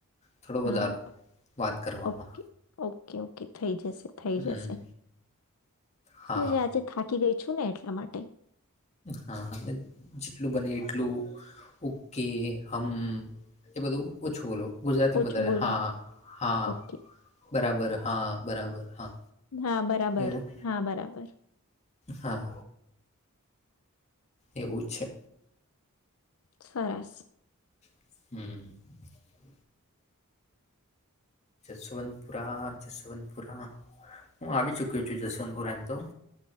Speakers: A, on the left; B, on the left.
A: થોડો
B: હા
A: વધારો વાત કરવામાં
B: ઓકે ઓકે ઓ કે થઈ જશે. થઈ જશે
A: હમ હા
B: શું છે આજે થાકી ગઈ છું ને એટલા માટે.
A: હા જેટલું બને એટલું ઓકે હમ એ બધું ઓછું બોલો. ગુજરાતીમાં
B: ઓછું
A: વધારે
B: બોલું
A: હા હા
B: ઓકે
A: બરાબર હા બરાબર હા
B: હા બરાબર
A: એવું
B: હા બરાબર
A: હા એવું જ છે
B: સરસ
A: હમ જસવંતપુરા જસવંતપુરા હું આવી ચુક્યો છું જસવંતપુરા એમ તો